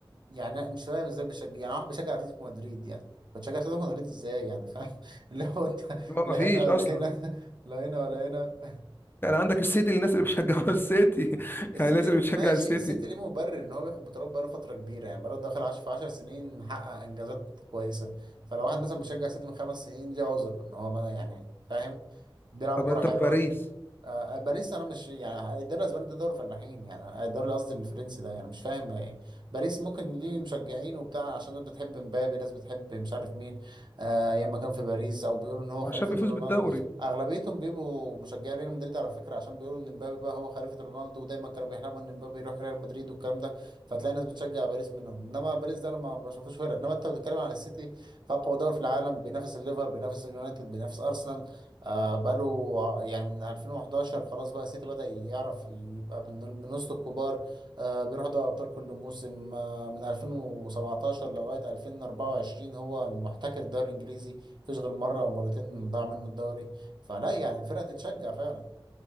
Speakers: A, on the right; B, on the left.
A: يعني أنا مش فاهم ازاي بيشجع يعني واحد بيشجع اتلتيكو مدريد يعني بتشجع اتلتيكو مدريد ازاي يعني فاهم <laughs> اللي هو انت
B: هو
A: لا
B: ما فيش
A: هنا ولا
B: اصلا
A: هنا لا هنا ولا هنا
B: يعني عندك السيتي الناس اللي بتشجعوا <laughs> السيتي
A: السيتي
B: يعني الناس اللي بتشجع
A: ماشي
B: السيتي
A: السيتي ليه مبرر ان هو بياخد بطولات بقاله فتره كبيره يعني بقاله داخل عش- في 10 سنين محقق انجازات كويسه فلو واحد مثلا بيشجع السيتي من خمس سنين ليه عذر ان هو ما يعني فاهم بيلعبوا
B: طب
A: كوره
B: انت
A: حلوه
B: في باريس
A: آه، آه، باريس انا مش يعني الدوري الاسباني ده دوري فلاحين يعني الدوري قصدي الفرنسي ده يعني مش فاهم ايه باريس ممكن ليه مشجعين وبتاع عشان ناس بتحب مبابي ناس بتحب مش عارف مين آه ايام ما كان في باريس او بيقولوا ان هو
B: وعشان
A: خليفة
B: بيفوز
A: رونالدو
B: بالدوري
A: اغلبيتهم بيبقوا مشجعين ريال مدريد على فكرة عشان بيقولوا ان مبابي بقى هو خليفة رونالدو ودايما كانوا بيحلموا ان مبابي يروح ريال مدريد والكلام ده فتلاقي ناس بتشجع باريس منهم انما باريس ده انا ما بشوفوش فرق انما انت بتتكلم عن السيتي فاقوى دوري في العالم بينافس الليفر بينافس اليونايتد بينافس ارسنال آه بقاله ع- يعني من 2011 خلاص بقى السيتي بدأ يعرف يبقى من من وسط الكبار آه بيروح دوري أبطال كل موسم آه من 2017 لغاية 2024 هو المحتكر الدوري الإنجليزي مفيش غير مرة أو مرتين ضاع منه الدوري فلا يعني فرقة تتشجع فعلا